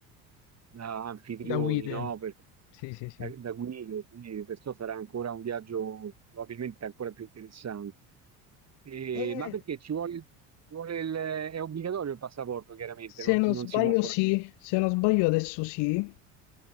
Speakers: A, on the right (about 35°); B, on the left (about 60°).
A: da anfitrioni,
B: da guide.
A: no? Per-
B: Sì, sì, sì.
A: da, da guide, quindi perciò sarà ancora un viaggio probabilmente ancora più interessante. E-
B: Eh,
A: ma perché ci vuole, ci vuole il, è obbligatorio il passaporto, chiaramente,
B: Se
A: non,
B: non
A: non
B: sbaglio
A: si può fare.
B: sì, se non sbaglio adesso sì,